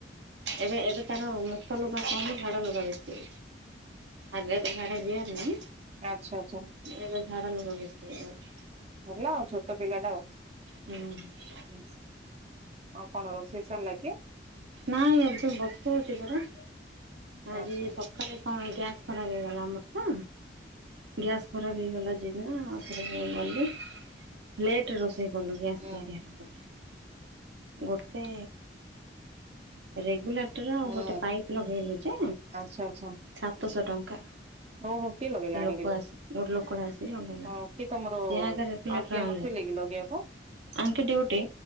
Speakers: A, on the right; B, on the right.
A: ଏବେ ଏବେ ତାର ସଫା ଲୁଗା କମ୍ ଝାଡ଼ ଲଗା ବେଶୀ ଆଗେ ତ ଝାଡ଼ା ଯିବାର ନାହିଁ।
B: ଆଚ୍ଛା ଆଚ୍ଛା।
A: ଏବେ ଝାଡ଼ା ଲଗା ବେଶୀ ହେଇଯାଉଛି।
B: ହେଲା ଆଉ ଛୋଟ ପିଲା ଟା ଆଉ।
A: ହୁଁ
B: ଆଉ କଣ ରୋଷେଇ ସରିଲା କି?
A: ନାଇଁ ଏବେ ବସଉଚି ପରା। ଆଜି
B: ଆଚ୍ଛା ହୁଁ
A: ସକାଳେ କଣ ଗ୍ୟାସ୍ ଖରାପ ହେଇଗଲା ଆମର ତ ଗ୍ୟାସ୍ ଖରାପ ହେଇଗଲା ଯେ <unintelligible> ଆଉଥରେ ଗଲି ଲେଟ୍ ରୋଷେଇ କଲୁ ଗ୍ୟାସ୍
B: ହୁଁ
A: ତିଆରି ହେଲା। ପରେ ଗୋଟେ ରେଗୁଲେଟର ଆଉ
B: ହୁଁ
A: ଗୋଟେ ପାଇପ୍ ଲଗେଇଲୁ ଯେ
B: ଆଚ୍ଛା ଆଚ୍ଛା।
A: ସାତଶ ଟଙ୍କା। ସେ
B: ଓହୋ କିଏ ଲଗେଇଲା
A: ଲୋକ
B: ଆଣିକିରି?
A: ଆସେ ଗୋଟେ ଲୋକଟେ ଆସେ। ସେ ଲଗେଇଲା
B: ହଁ କି ତମର
A: ସେ ଆଗରେ ରେଗୁଲେଟର
B: ଆଉ କିଏ
A: ଆଣିଲେ।
B: ନଥିଲେ କି ଲଗେଇବାକୁ
A: ଆଙ୍କେ ଡିଉଟି